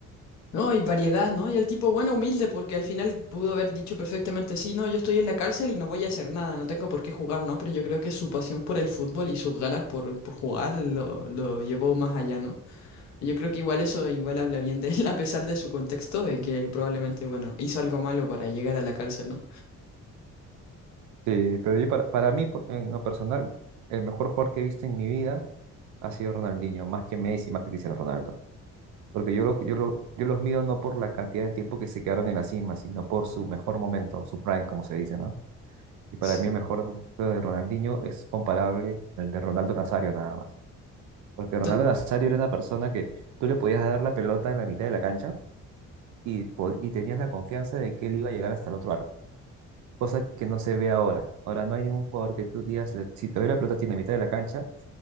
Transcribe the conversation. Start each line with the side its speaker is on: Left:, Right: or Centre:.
Left: No, y variedad, ¿no? Y el tipo, bueno, humilde, porque al final pudo haber dicho perfectamente, sí, no, yo estoy en la cárcel y no voy a hacer nada, no tengo por qué jugar, ¿no? Pero yo creo que su pasión por el fútbol y sus ganas por, por jugar lo, lo llevó más allá, ¿no? Yo creo que igual eso igual habla bien de él, <laughs> a pesar de su contexto, en que probablemente, bueno, hizo algo malo para llegar a la cárcel, ¿no?
Right: Sí, pero yo para, para mí, por- en lo personal, el mejor jugador que he visto en mi vida ha sido Ronaldinho, más que Messi, más que Cristiano Ronaldo. Porque yo, lo, yo, lo, yo los mido no por la cantidad de tiempo que se quedaron en la cima, sino por su mejor momento, su prime, como se dice, ¿no? Y para
Left: Sí.
Right: mí el mejor momento de Ronaldinho es comparable con el de Ronaldo Nazario nada más. Porque Ronaldo
Left: To-
Right: Nazario era una persona que tú le podías dar la pelota en la mitad de la cancha y, po- y tenías la confianza de que él iba a llegar hasta el otro arco. cosa que no se ve ahora. Ahora no hay ningún jugador que tú digas, le- si te doy la pelota tiene mitad de la cancha,